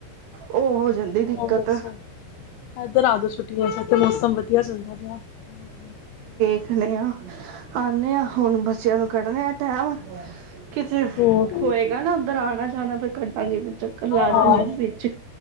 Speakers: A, on the right; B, on the left.
A: ਉਹ ਹੋ ਜਾਂਦੀ ਦਿੱਕਤ
B: ਹੋਰ ਦੱਸੋ ਇਧਰ ਆ ਜਾਓ ਛੁੱਟੀਆਂ ਚ ਤੇ ਮੌਸਮ ਵਧੀਆ ਚੱਲਦਾ ਪਿਆ ਇਧਰ ਆ ਜੋ
A: ਆਉਂਦੇ ਹਾਂ ਹੁਣ ਬ ਬੱਚਿਆਂ ਨੂੰ ਕੱਢਣੇ ਆ ਟੈਮ ਕਿਤੇੇ,,,
B: ਹੋਰ
A: ਹੋਏਗਾ ਨਾ ਉੱਧਰ ਆਣਾ ਜਾਣਾ ਫਿਰ ਕੱਢਾਂਗੇ ਫ ਚੱਕਰ ਲਾ ਜਾਗੀ
B: ਹਾਂ।
A: ਵਿੱਚ